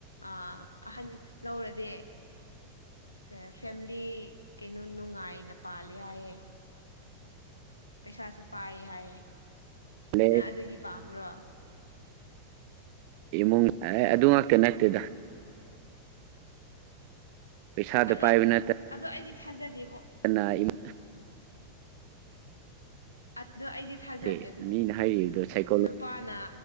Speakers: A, on the left; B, on the right.
A: ꯑ ꯑꯍꯟ ꯂꯧꯔꯗꯤ ꯑꯦ ꯐꯦꯝꯂꯤ ꯀꯩꯅꯣ ꯅꯨꯡꯉꯥꯏꯅ ꯄꯥꯜꯂꯦ ꯍꯥꯏꯌꯦ ꯄꯩꯁꯥꯁꯨ ꯄꯥꯏꯌꯦ ꯍꯥꯏꯌꯦ
B: ꯂꯩ
A: ꯅꯪ ꯑꯗꯨꯒꯤ ꯄꯥꯝꯕ꯭ꯔꯣ
B: ꯑꯝ ꯑꯦ ꯑꯗꯨ ꯉꯥꯛꯇ ꯅꯠꯇꯦꯗ ꯄꯩꯁꯥꯖꯨ
A: ꯑꯗꯣ
B: ꯄꯥꯏꯕ ꯅꯠꯇꯦ
A: ꯑꯗꯣ ꯑꯩꯗꯤ ꯊꯥꯖꯗꯦꯕꯣ
B: <unintelligible>
A: ꯑꯗꯣ ꯑꯩꯗꯤ ꯊꯥꯖꯗꯦ
B: ꯏꯃꯨꯡꯁꯦ
A: ꯑꯗꯨꯕꯨ
B: ꯃꯤꯅ ꯍꯥꯏꯔꯤꯕꯗꯣ ꯁꯥꯏꯀꯣꯂꯣꯖꯤ
A: ꯅꯨꯄꯥꯅ